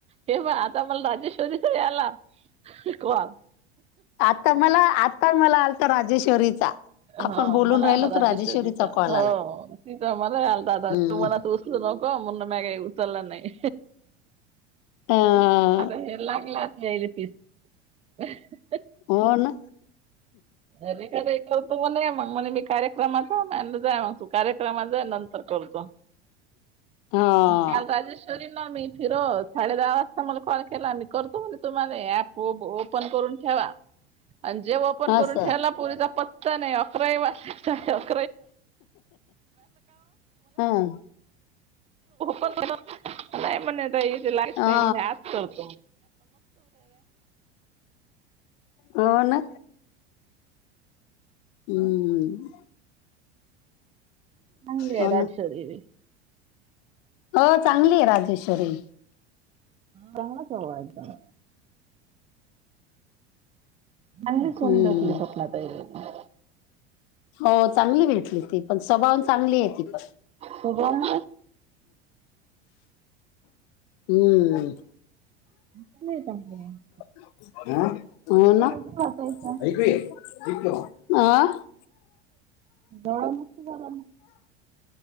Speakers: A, on the right; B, on the left.
A: हे पण आता मला राजेश्वरीचा आला कॉल
B: आता मला आता मला आलता राजेश्वरीचा आपण
A: हा
B: बोलून
A: मला
B: राहिलो
A: आला राजेश्वरीचा
B: तर कॉल
A: हो
B: आला
A: तिथ मला आलता तुम्हाला
B: हम्म
A: <inaudible> मग उचलला नाही.
B: अ
A: आता हे लागला जायली तस
B: हो ना
A: अरेरे करतो म्हणे मग म्हणे मी कार्यक्रमात जा मग तू कार्यक्रमा जा नंतर करतो.
B: <unintelligible> हा
A: काल राजेश्व मी फिरत साडे दहा वाजता मला कॉल केला मी करतो म्हणे तुम्हाला ऍप ओप पन करून ठेवा आणि जे ओपन करून
B: असं
A: ठेवाला पोरीचा पत्ता नाही अकरा वाजले तरी
B: हं
A: पण नाही म्हणे इथे लाईट
B: हा
A: नाही म्हण आजत
B: हो ना हम्म
A: चांगली आहे
B: हो
A: राजेश्वरी
B: ना
A: देवी
B: हो चांगली आहे राजेश्वरी
A: चांगला चालू आहे अभ्यास चांगली सून
B: हम्म
A: भेटली स्वप्ना ताईला
B: हो चांगली भेटली ती पण स्वभावान चांगली आहे ती पण
A: स्वभाव
B: हम्म
A: चांगली आहे.
B: <unintelligible>
A: जायचा जवळ मस्त झाला